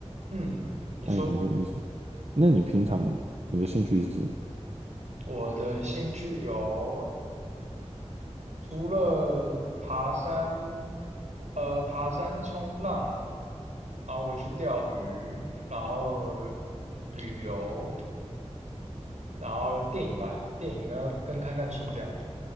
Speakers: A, on the right; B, on the right.
A: 嗯，你说
B: 哎，你说你是，那你平常你的兴趣是什么？
A: 我的兴趣有除了爬山，呃，爬山、冲浪，然后我去钓鱼，然后旅游，然后电影吧，电影呢跟看看书这样子。